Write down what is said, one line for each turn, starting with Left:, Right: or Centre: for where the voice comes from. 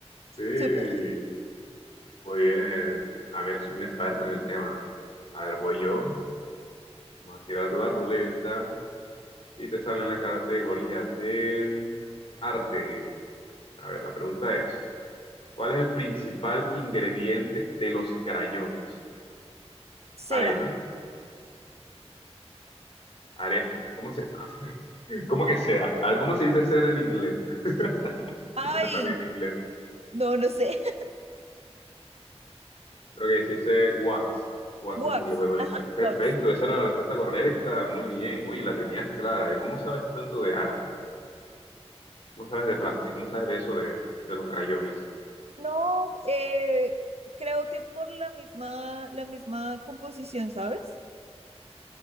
Left: Sí,
Right: Súper.
Left: muy bien. A ver, soy un experto en el tema. A ver, voy yo. Vamos a girar la ruleta y te sale en la categoría de arte. A ver, la pregunta es, ¿cuál es el principal ingrediente de los crayones?
Right: Cera.
Left: Arena, arena. ¿Cómo se, <laughs> cómo que cera? A ver, ¿cómo se dice cera en inglés? <laughs>
Right: Ay,
Left: Y que me sale en inglés.
Right: no, no sé.
Left: Creo que se dice wax.
Right: <laughs>
Left: Wax
Right: Wax.
Left: en inglés, futbolista.
Right: Ajá,
Left: Perfecto,
Right: Wax.
Left: esa era la respuesta correcta. Muy bien. Uy, la tenías clara. ¿eh? ¿Cómo sabes tanto de arte? eh? ¿Cómo sabes de plástico? ¿Cómo sabes de eso de, de los crayones?
Right: No, eh, creo que por la misma, la misma composición, ¿sabes?